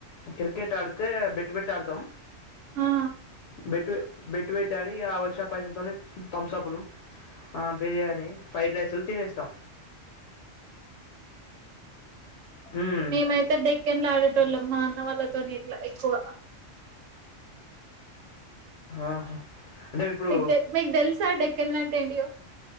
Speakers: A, on the left (about 75°); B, on the right (about 80°).
A: క్రికెట్ ఆడితే బెట్ బెట్ ఆడతాం
B: ఆ
A: బెట్టు ఎ బెట్ వెట్ ఆ ఇగ వచ్చిన పైసలతో థంసపులు, బిర్యానీ ఫ్రైడ్ రైసులు తినేస్తాం. ఉమ్
B: మేమైతే డెక్కన్ల ఆడేటోళ్ళం మా అన్న వాళ్ళతోనే ఇట్ల ఎక్కువ
A: ఆహా అంటే ఇప్పుడు
B: మీకు మీకు తెలుసా డెక్కన్లు అంటే ఏంటియో